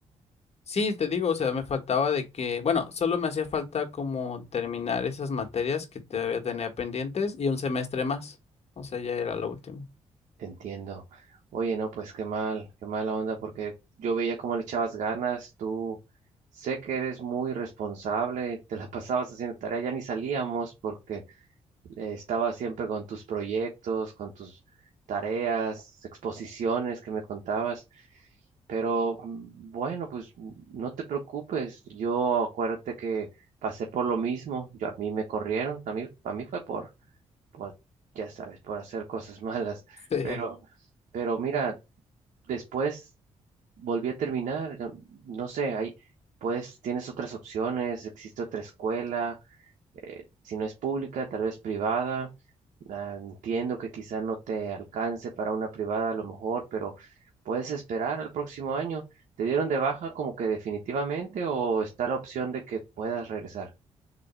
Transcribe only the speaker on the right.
Te entiendo. Oye, no, pues qué mal, qué mala onda, porque yo veía cómo le echabas ganas. Tú sé que eres muy responsable, te la <laughs> pasabas haciendo tarea, ya ni salíamos porque eh, estabas siempre con tus proyectos, con tus tareas, exposiciones que me contabas. Pero mm, bueno, pues mm, no te preocupes. Yo acuérdate que pasé por lo mismo. Yo, a mí me corrieron. A mí, a mí fue por, por, ya sabes, por hacer cosas <laughs> malas.
Pero, pero mira, después volví a terminar. No no sé, ahí, pues tienes otras opciones. Existe otra escuela eh, si no es pública, tal vez privada. Ah, entiendo que quizá no te alcance para una privada a lo mejor, pero puedes esperar al próximo año. ¿Te dieron de baja como que definitivamente o está la opción de que puedas regresar?